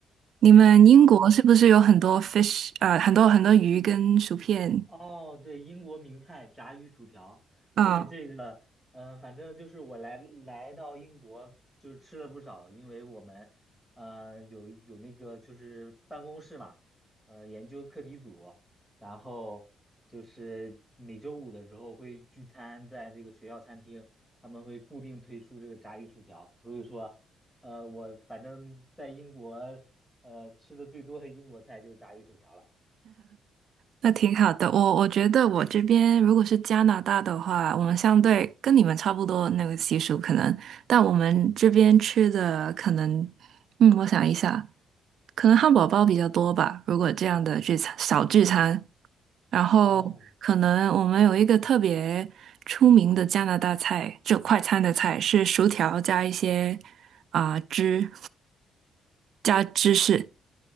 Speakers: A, on the right; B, in the centre.
A: 你们英国是不是有很多 fish 啊？很多很多鱼跟薯片？
B: 哦，对，英国名菜炸鱼薯条。
A: 啊？
B: 说起这个，嗯、反正就是我来来到英国，就是吃了不少，因为我们，呃，有有那个就是办公室嘛，呃，研究课题组，然后就是每周五的时候会聚餐在这个学校餐厅，他们会固定推出这个炸鱼薯条，所以说，呃，我反正在英国，呃，吃的最多的英国菜就是炸鱼薯条了。
A: 那挺好的，我我觉得我这边如果是加拿大的话，我们相对跟你们差不多那个习俗可能，但我们这边吃的可能，嗯，我想一下，可能汉堡包比较多吧，如果这样的聚餐小聚餐，然后可能我们有一个特别出名的加拿大菜，
B: 哦
A: 就快餐的菜是薯条加一些啊、汁加芝士，